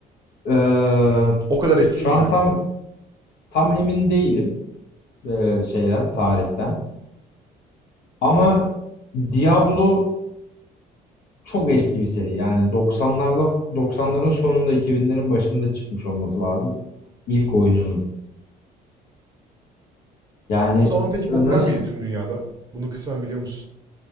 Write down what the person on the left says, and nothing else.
eee,
şu
an
tam tam emin değilim eee, şeyden tarihten. Ama Diablo çok eski bir seri. Yani 90'larda 90'ların sonunda 2000'lerin başında çıkmış olması lazım ilk oyununun. Yani
e,
nasıl